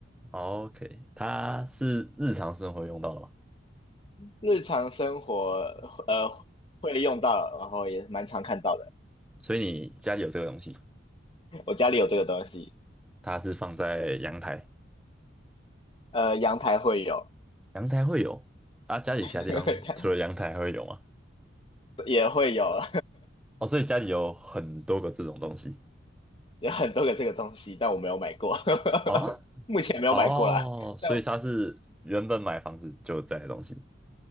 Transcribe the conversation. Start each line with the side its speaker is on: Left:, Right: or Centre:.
Centre: 哦？OK，它是日常生活用到的吗？
Left: <laughs> 日常生活呃会用到，然后也蛮常看到的。
Centre: 所以你家里有这个东西，
Left: 我家里有这个东西，
Centre: 它是放在阳台，
Left: 呃，阳台会有。
Centre: 阳台会有，啊，家里其他地方除了阳台还会有吗？
Left: <laughs> 也会有，
Centre: 哦，所以家里有很多个这种东西。
Left: <laughs> 有很多个这个东西，但我没有买过，
Centre: 啊，
Left: <laughs> 目前没有买过啦。
Centre: 哦，所以它是原本买房子就在的东西，
Left: 但